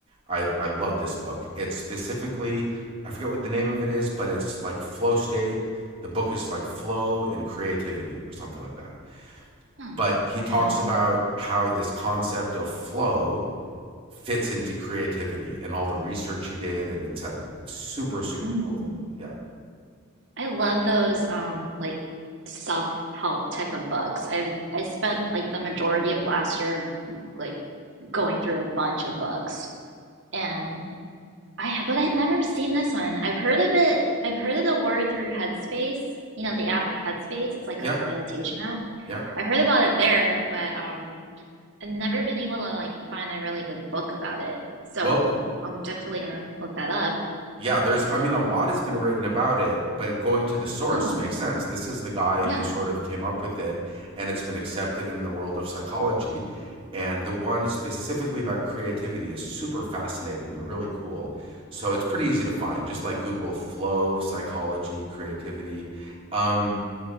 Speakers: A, on the right; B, on the right.
A: I, I love this book. It's specifically, I forget what the name of it is, but it's like flow state. The book is like flow and creativity or something like that.
B: Hmm.
A: But he
B: Okay.
A: talks about how this concept of flow fits into creativity and all the research he did and et cetera. It's super, super
B: Mm.
A: cool. Yeah.
B: I love those um like self-help type of books. I've I spent like the majority of last year like going through a bunch of books. And I ha- but I've never seen this one. I've heard of it. I've heard of the word through Headspace. You know, the app Headspace. It's like
A: yeah,
B: a meditation app.
A: yeah.
B: I heard about it there, but um, I've never been able to like find a really good book about it. So
A: Well,
B: I'm definitely gonna look that up.
A: Yeah, there's, I mean, a lot has been written about it, but going to the source
B: Oh,
A: makes sense. This is the guy
B: yeah.
A: who sort of came up with it, and it's been accepted in the world of psychology. And the one specifically about creativity is super fascinating and really cool. So it's pretty easy to find. Just like Google flow, psychology, creativity. Um,